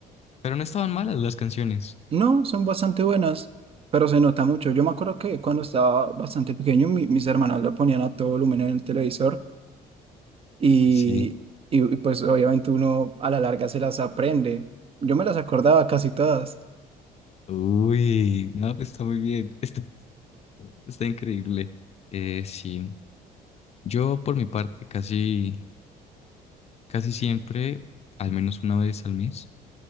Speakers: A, on the left; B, on the right.
A: pero no estaban malas las canciones.
B: No, son bastante buenas, pero se nota mucho. Yo me acuerdo que cuando estaba bastante pequeño, mi- mis hermanas lo ponían a todo volumen en el televisor y,
A: Uy, sí.
B: y, y pues obviamente uno a la larga se las aprende. Yo me las acordaba casi todas.
A: Uy, no, pues está muy bien, <laughs> está, está increíble. Eh, sí, yo por mi parte casi, casi siempre, al menos una vez al mes.